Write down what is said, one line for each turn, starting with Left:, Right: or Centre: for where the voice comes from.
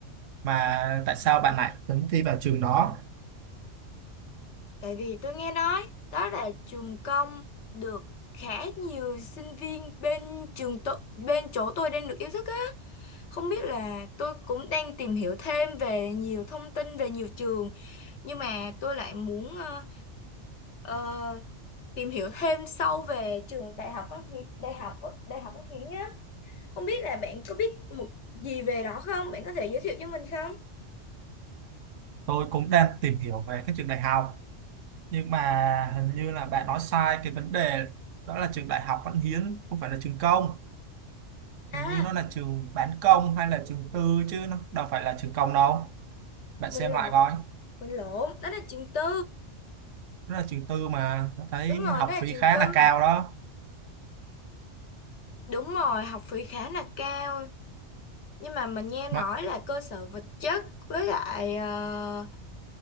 Right: mà tại sao bạn lại tính thi vào trường đó?
Left: Tại vì tôi nghe nói đó là trường công được khá nhiều sinh viên bên trường tôi, bên chỗ tôi đang được yêu thích á. Không biết là tôi cũng đang tìm hiểu thêm về nhiều thông tin về nhiều trường, nhưng mà tôi lại muốn ờ, ờ, tìm hiểu thêm sâu về trường Đại học Văn Hiến, Đại học Đại học Văn Hiến á. Không biết là bạn có biết một gì về đó không? Bạn có thể giới thiệu cho mình không?
Right: Tôi cũng đang tìm hiểu về các trường đại học nhưng mà hình như là bạn nói sai cái vấn đề đó là trường đại học Văn Hiến không phải là trường công.
Left: À,
Right: Hình như nó là trường bán công hay là trường tư chứ nó đâu phải là trường công đâu. Bạn
Left: mình
Right: xem
Left: lộn,
Right: lại coi.
Left: mình lộn, đó là trường tư.
Right: nó là trường tư mà nó thấy
Left: Đúng rồi,
Right: học
Left: đó là
Right: phí
Left: trường
Right: khá
Left: tư.
Right: là cao đó
Left: Đúng rồi, học phí khá là cao. Nhưng mà mình nghe nói
Right: mà
Left: là cơ sở vật chất với lại ờ,